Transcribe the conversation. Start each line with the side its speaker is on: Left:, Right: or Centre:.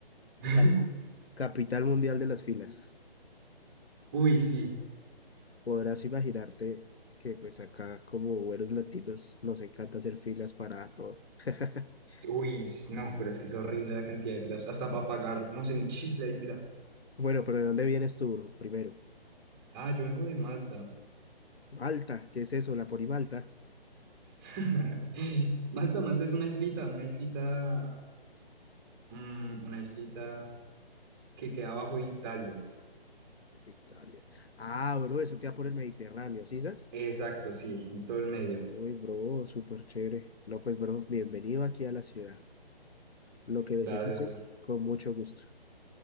Right: <laughs>
Left: cap- capital mundial de las filas.
Right: Uy, sí.
Left: Podrás imaginarte que pues acá como buenos latinos nos encanta hacer filas para todo. <laughs>
Right: sí, Uy, s- no, pero es que es horrible la cantidad de filas. Hasta para pagar, no sé, un chicle hay fila.
Left: Bueno, pero ¿de dónde vienes tú, bro? Primero,
Right: Ah, yo vengo de Malta.
Left: Malta, ¿qué es eso? ¿La Ponimalta?
Right: <laughs> Malta, Malta es una islita, una islita Mm, una islita que queda bajo Italia.
Left: Italia. Ah, bro, eso queda por el Mediterráneo, ¿sí sabes?
Right: Exacto, sí, en todo el medio.
Left: Uy, bro, súper chévere. No, pues, bro, bienvenido aquí a la ciudad. lo que necesites,
Right: Gracias, bro.
Left: con mucho gusto.